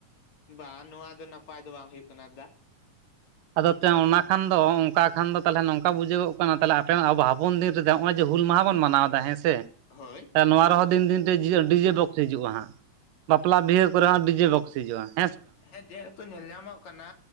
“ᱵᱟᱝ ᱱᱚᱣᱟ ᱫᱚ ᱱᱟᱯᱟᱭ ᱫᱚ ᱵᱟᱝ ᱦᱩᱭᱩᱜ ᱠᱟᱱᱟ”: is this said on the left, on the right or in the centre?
Left